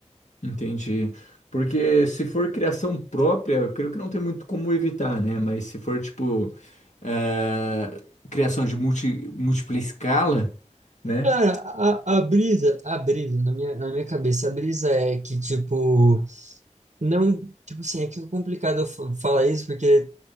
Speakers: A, on the left (about 75°); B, on the right (about 70°).
A: Entendi. Porque se for criação própria, eu creio que não tem muito como evitar, né? Mas se for, tipo, eh, criação de multi, múltipla escala, né?
B: Cara, a, a brisa, a brisa, na minha, na minha cabeça, a brisa é que, tipo, Não, tipo assim, é que é complicado eu fa- falar isso, porque